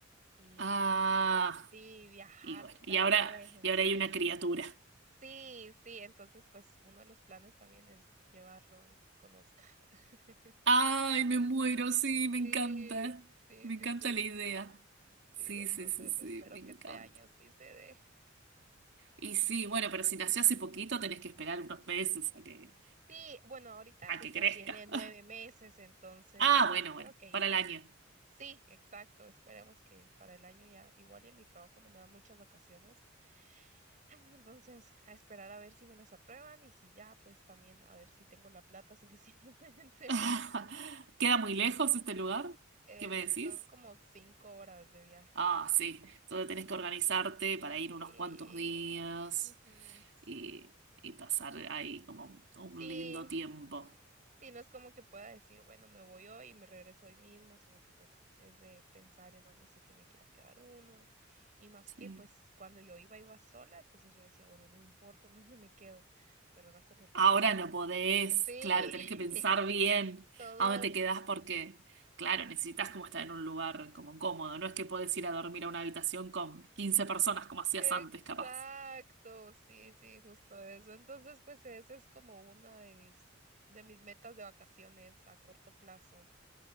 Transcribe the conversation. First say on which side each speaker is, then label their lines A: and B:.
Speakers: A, on the right; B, on the right.
A: y
B: Ah,
A: sí, viajar
B: y bueno, y
A: tan
B: ahora,
A: lejos.
B: y ahora hay una criatura.
A: Sí, sí, entonces, pues, uno de los planes también es llevarlo y que conozca. <laughs>
B: Ay, me muero, sí, me
A: Sí,
B: encanta.
A: sí,
B: Me
A: sí,
B: encanta
A: sí,
B: la idea. Sí,
A: sí, entonces
B: sí, sí, sí,
A: espero
B: me encanta.
A: que este año sí se dé.
B: Y sí, bueno, pero si nació hace poquito, tenés que esperar unos meses a que,
A: Sí, bueno, ahorita pues
B: a que
A: ya
B: crezca.
A: tiene nueve
B: <laughs>
A: meses, entonces
B: Ah, bueno, bueno,
A: creo que
B: para
A: ya.
B: el año.
A: Sí, exacto. Esperemos que para el año ya, igual y en mi trabajo no me dan muchas vacaciones. Ay, Entonces, a esperar a ver si me las aprueban y si ya, pues también a ver si tengo la plata suficiente.
B: <laughs>
A: <laughs>
B: ¿Queda muy lejos este lugar?
A: Eh,
B: ¿Qué me
A: son
B: decís?
A: como cinco horas de viaje.
B: Ah, sí. Entonces tenés que organizarte para ir
A: Sí.
B: unos cuantos días
A: Ujú, sí.
B: y, y pasar ahí como un
A: Sí,
B: lindo tiempo.
A: Sí, no es como que pueda decir, bueno, me voy hoy y me regreso hoy mismo, sino que pues es de pensar en dónde se tiene que ir a quedar uno. Y más
B: Sí.
A: que pues cuando yo iba, iba sola, entonces yo decía, bueno, no me importa en dónde me quedo, pero ahora con el bebé,
B: Ahora no podés,
A: sí,
B: claro, tenés que pensar
A: <laughs>
B: bien
A: todo.
B: a dónde te quedás porque, claro, necesitas como estar en un lugar como cómodo. No es que podés ir a dormir a una habitación con 15 personas como hacías
A: Exacto,
B: antes, capaz.
A: sí, sí, justo eso. Entonces, pues esa es como una de mis, de mis metas de vacaciones a corto plazo.